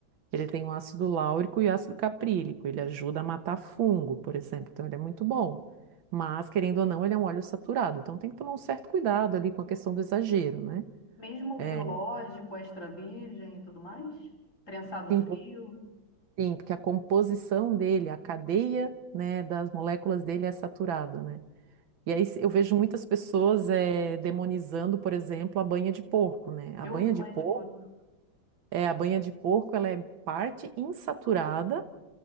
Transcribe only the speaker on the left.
Mesmo o
biológico, extra virgem e tudo mais? Prensado frio?
Eu
uso
banho
de couro.